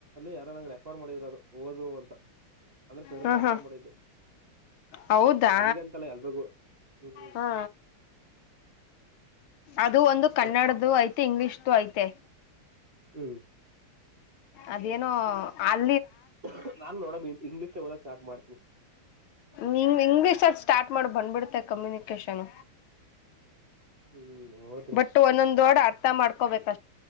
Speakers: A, on the right; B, on the left.
A: ಯಾರೋ ನನ್ ರೆಫರ್ ಮಾಡಿದ್ರು ಓದು ಅಂತ ಅಂದ್ರೆ ಸರ್ರೆ
B: ಹಾಹಾ!
A: ರೆಫರ್ ಮಾಡಿದ್ದು
B: ಹೌದಾ,
A: ನನ್ಗಂತಲ್ಲ ಎಲ್ರಿಗೂ ಹ್ಮ್
B: ಹಾ ಅದು ಒಂದು
A: ಆತರ
B: ಕನ್ನಡದೋ ಐತೆ ಇಂಗ್ಲಿಷ್ದು ಐತೆ
A: ಹ್ಮ್
B: ಅದೇನೋ ಹಾಲ್
A: ಕುಹೂ! ನಾನು ನೋಡಮ್ ಇಂಗ್ಲಿಷೇ ಓದಕ್ ಸ್ಟಾರ್ಟ್ ಮಾಡ್ತೀನಿ
B: ನೀನು ಇಂಗ್ಲಿಷಾದ್ರು ಸ್ಟಾರ್ಟ್ ಮಾಡು ಬಂದ್ಬಿಡುತ್ತದೆ ಕಮ್ಯುನಿಕೇಷನ್
A: ಹ್ಮ್ ನೋಡ್ತೀನಿ
B: ಬಟ ಒಂದೊಂದು ಅರ್ಥ ಮಾಡ್ಕೋಬೇಕು